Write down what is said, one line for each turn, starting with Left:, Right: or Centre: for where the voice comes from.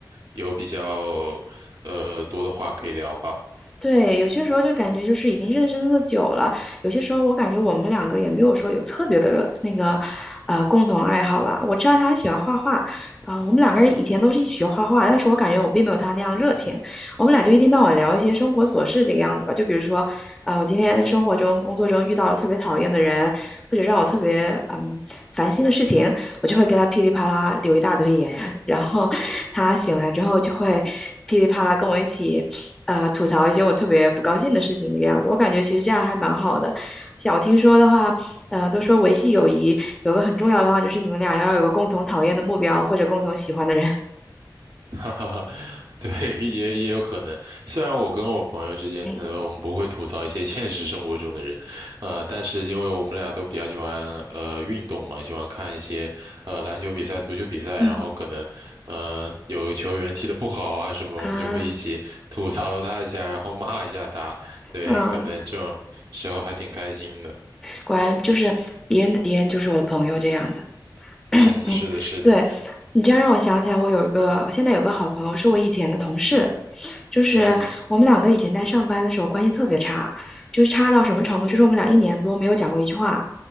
Right: 有比较，呃，多的话可以聊吧。
Centre: 对，有些时候就感觉就是已经认识那么久了，有些时候我感觉我们两个也没有说有特别的那个，呃，共同爱好吧。我知道他喜欢画画，啊、我们两个人以前都是一起学画画，但是我感觉我并没有他那样热情。我们俩就一天到晚聊一些生活琐事这个样子吧，就比如说，啊，我今天生活中、工作中遇到了特别讨厌的人，或者让我特别嗯烦心的事情，我就会给他噼里啪啦留一大堆言，<laughs> 然后他醒来之后就会噼里啪啦跟我一起。呃吐槽一些我特别不高兴的事情这个样子。我感觉其实这样还蛮好的。像我听说的话，嗯、都说维系友谊有个很重要的方法，就是你们俩要有个共同讨厌的目标或者共同喜欢的人。
Right: <laughs> 哈哈哈，对，也也有可能。虽然我跟我朋友之间，
Centre: <laughs> 嗯
Right: 呃，我们不会吐槽一些现实生活中的人，呃，但是因为我们俩都比较喜欢呃运动嘛，喜欢看一些呃篮球比赛、足球比赛，
Centre: 嗯
Right: 然后可能呃有个球员踢得不好啊什么，
Centre: 啊
Right: 我们就会一起吐槽他一下，然后骂一下他。对，
Centre: 嗯，
Right: 可能这种时候还挺开心的。
Centre: 果然就是敌人的敌人就是我的朋友这样子。<coughs> <clears throat> 嗯，
Right: 嗯，
Centre: 嗯对，
Right: 是的，是的，
Centre: 你这样让我想起来，我有一个，我现在有个好朋友，是我以前的同事，就是我们两个以前在上班的时候关系特别差，
Right: 嗯哼，
Centre: 就是差到什么程度，就是我们俩一年多没有讲过一句话，